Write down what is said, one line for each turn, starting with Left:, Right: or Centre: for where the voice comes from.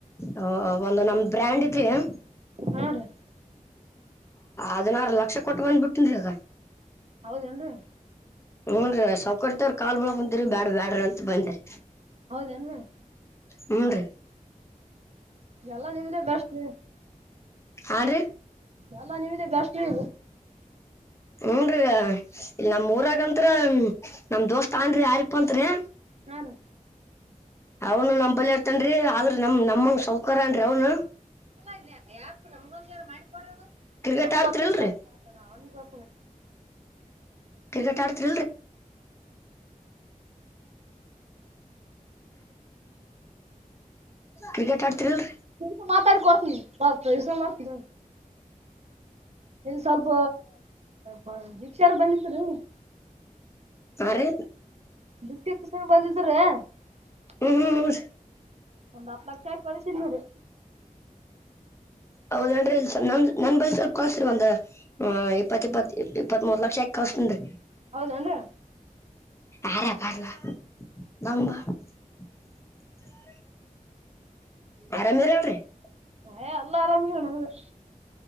Left: ಹ ಒಂದು ನಮ್ ಬ್ರ್ಯಾಂಡ್ ಇತ್ರಿ. ಹ
Right: ಹಾ ರೀ
Left: ಅದ್ನಾರ ಲಕ್ಷ ಕೊಟ್ ಬಂದ್ಬಿಟ್ಟನ್ರಿ ಅಗ.
Right: ಹೌದೇನ್ರಿ
Left: ಹೂನ್ರಿ ಸೌಕರ್ತವ್ರ ಕಾಲ್ ಮುಳಗ್ ಕುಂತ್ರಿ ಬ್ಯಾಡ ಬ್ಯಾಡ್ರ ಅಂತ ಬಂದರಿ.
Right: ಹೌದೇನೋ
Left: ಹ್ಮ್ ರೀ.
Right: ಎಲ್ಲ ನಿಮ್ದೇ ಬೆಸ್ಟ್ ಲೇ.
Left: ಹಾ ರಿ
Right: ಎಲ್ಲ ನಿಮ್ದ ಬೆಸ್ಟ್ ರಿ.
Left: ಹನ್್ರೀ ಇಲ್ ನಮ್ೂರಗಂರ ನಮ್ ದೋಸ್ತ್ ಅನ್್ರರಿ ಯಾರಿಪ್ಪತ್ರಿ.
Right: ಹ್ಮ ರೀ.
Left: ಅವನು ನಮಂಬಲಿ ಇರ್ತನ್ಿ ಆದ್ರ ನಮ ನಮಂಗ ಸೌಕಾರರನ್ರಿ ಅವ್ನು.
Right: ಅಲ್ಲ ಯಾು ನಮಗೊಂದ ಮಾಡ. <unintelligible>
Left: ಕ್ರಿಕೆಟ್
Right: ನಮಗ್
Left: ಆಡ್ತಿರಿಲ್ರಿ
Right: ಗೊತ್ತ ಅವನಿಗೆ ಗತ್ತ
Left: ಕ್ರಿಕೆಟ್ ಆಡ್ತೀ ಕ್ರಿಕೆಟ್ ಆಡ್ತಿರಿಲ್ರಿ
Right: ಸ ಮಾತಾಡಿ ಕೊ <unintelligible> ಾಸ <unintelligible> ಮಾಡ್ತ ಇನ್ ಸ್ವಲ್ಪ ಹ ದೀಕ್ಷಾರ್ ಬಂದಿದ್ರು <unintelligible>
Left: ಹಾ ರೀ
Right: ದೃತ್ಯಕ್ಕ ಸನ್ ಬಂದಿದ್ರ <unintelligible>
Left: ಹ್ಮ್್ಮ್ಮ
Right: ಒಂದ್ ಹತ್ ಲಕ್ಷ ಕಳಸಿದ್ಮಿರಿ
Left: ಹೌದನ್್ರಿ ಇಲ್ ನ್ ನನ್ ಬೈ ಸ್ವಲ್ಪ ಕಳ್ಸರಿ ಒಂದ ಹಾ ಇಪ್ಪತ್ ಇಪ್ಪತ್ ಇಪ್ಪತ್ ಮೂರ್ ಲಕ್ಷ ಆಕ್ ಕರ್ಸ್ತನ್ರಿ
Right: ಹೌದೇನು
Left: ಆರ ಬಾರವಾ ನಂಬ. <unintelligible> ಆರಾಮೇರ ಅವ್ರೀ. <unintelligible>
Right: ಹ ಎಲ್ಲ ಆರಾಮಿಕ ನಗೆ.